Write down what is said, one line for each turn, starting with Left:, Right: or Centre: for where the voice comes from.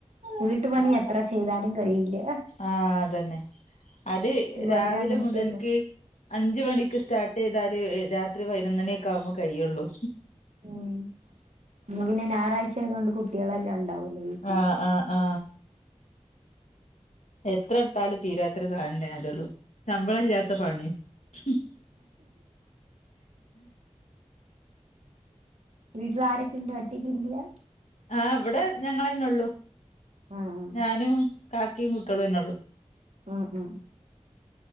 Right: വീട്ടു പണി എത്ര ചെയ്താലും കഴിയില്ല.
Left: ആഹ് അതന്നെ അത്
Right: ഇവിടെ
Left: രാവിലെ
Right: അങ്ങനെ
Left: മുതൽക്കേ
Right: തന്നെ
Left: അഞ്ചു മണിക്ക് സ്റ്റാർട്ട് ചെയ്താലെ രാത്രി പതിനൊന്നണിയൊക്കെ ആവുമ്പോ കഴിയുള്ളൂ.
Right: ഉം ഇന്ന് പിന്നെ ഞായറാഴ്ച ആയതോണ്ട് കുട്ടെളെല്ലാം ഉണ്ടാവുല്ലോ വീട്ടില്.
Left: ആ ആ ആ എത്ര ത്താല് തീരാതൊരു സാനെ അതേള്ളൂ ശമ്പള ഇല്ലാത്ത പണി ഹും
Right: വീട്ടില് ആരൊക്കെണ്ട് ഒറ്റക്കിരിക്കാ
Left: ആ വ്ടെ ഞങ്ങളന്നെള്ളൂ.
Right: ആഹ്
Left: ഞാനും കാക്കിം കുട്ടേളെന്നെള്ളൂ.
Right: ഉം ഉം